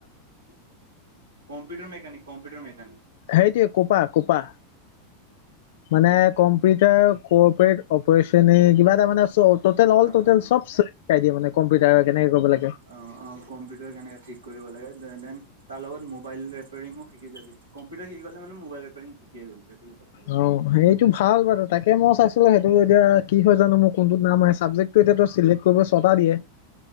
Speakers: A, on the right; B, on the left.
A: computer mechanic computer mechanic.
B: সেইটোৱে কোপা কোপা। মানে কম্পিউটাৰ কপাৰেট, অপাৰেচনে কিবা এটা মানে ট'টেল অল
A: অ
B: ট'টেল
A: অ অ
B: চব চাই দিয়ে মানে কম্পিউটাৰ কেনেক কৰিবা লাগে।
A: অ', অ' কম্পিউটাৰ কেনেকে ঠিক কৰিব লাগে, দেন তাৰলগত মোাইল ৰিপাৰিঙো শিকি যাবি। কম্পউটাৰ শিক গ'লে মানে মোবাইল ৰিপয়াৰিং শিকি গ'লি। সেইটোৱে কথা
B: অ' সেইটো ভাল বাৰু তাকে মই চাইছিলো সেইটো এতিয়া কি হয় জানো, মোৰ কোনটোত নাম আহে, চাবজেক সেইটো এতিয়া তোৰ চিলেক্ট কৰিবলৈ ছয়টা দিয়ে